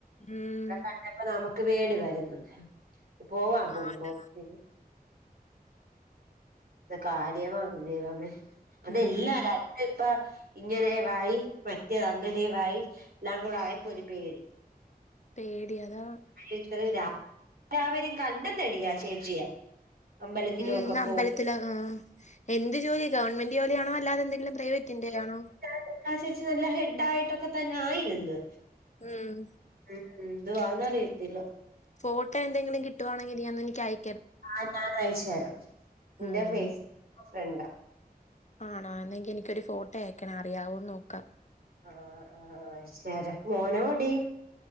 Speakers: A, on the left; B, on the right.
A: ഉം
B: ക ക ണ്ടപ്പം നമുക്ക് പേടി വര്ന്ന് പോവാം പോലും
A: ആ അതാ
B: തോന്നത്തില്ല കാര്യവാണ് ദൈവെമേ അതെല്ലാ
A: ഉം
B: രാ തിപ്പ ഇങ്ങനേവായി മറ്റേത് അങ്ങനേവായി ല്ലാം കൂടെ ആയപ്പോ ഒരു പേടി
A: പേടി അതാ
B: ഇത്ര രാ ല്ലാവരേയും കണ്ടന്നെടി ആ ചേച്ചിയെ അമ്പലത്തിലും
A: ഉം
B: ഒക്കെ
A: ഇന്ന് അമ്പൽത്തില്
B: പോയി
A: ആഹ് എന്ത് ജോലി ഗവൺമെന്റ് ജോലിയാണോ അല്ലാതെ എന്തെ ല്ല പ്രൈവറ്റിന്റേലാണോ
B: ത്താ ചേച്ചി നല്ല ഹെഡായിട്ടൊക്കെ തന്നെ ആയിര്ന്ന്
A: ഉം
B: ഉം ന്തുവാന്നറിയത്തില്ല
A: ഫോട്ടോ എന്തെങ്കിലും കിട്ടുവാണെങ്കി നീ ഒന്നെനിക്കയ്
B: ആഹ് ഞാനയച്ച് തരാം
A: ഉം
B: ന്റെ ഫെയ്സ് ക്ക് ഫ്രണ്ടാ
A: ആണോ എന്നെങ്കി എനിക്കൊര് ഫോട്ടോയക്കണം അറിയാവോന്ന് നോക്കാ
B: ആഹ് ആഹ് അയ്ചേരാ മോനോടി